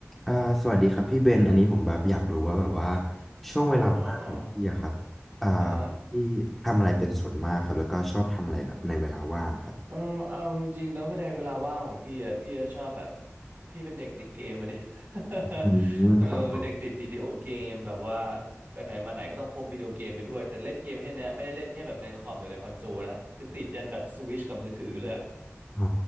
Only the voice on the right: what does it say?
อ่าอ่าอ่าอ่าฮะ
เออเอาจริงๆนะก็ในเวลาว่างของพี่อ่ะพี่จะชอบแบบพี่เป็นเด็กติดเกมอะดิ <laughs>
เออเป็นเด็กติดวิดีโอเกมแบบว่าไปไหนมาไหนก็ต้องพกวิดีโอเกมไปด้วยแต่เล่นเกมแค่เนี้ยไม่ได้เล่นแค่แบบในคอมหรือในคอนโซลนะคือติดยันแบบสวิชกับมือถือเลยอะ